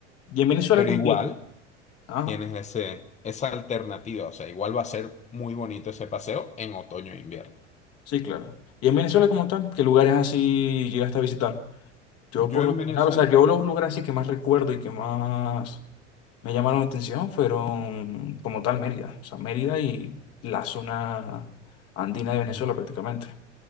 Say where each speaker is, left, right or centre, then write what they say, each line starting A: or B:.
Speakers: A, on the left; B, on the left.
A: Y en Venezuela,
B: Pero
A: como...
B: igual
A: y- Ah,
B: tienes ese, esa alternativa. O sea, igual va a ser muy bonito ese paseo en otoño e invierno.
A: sí, claro. Y en Venezuela como tal, ¿qué lugares así llegaste a visitar? Yo
B: Yo
A: por lo
B: en Venezuela,
A: general, o sea, yo los lugares así que más recuerdo y que más... me llamaron la atención fueron como tal Mérida, o sea, Mérida y la zona andina de Venezuela
B: ujú,
A: prácticamente.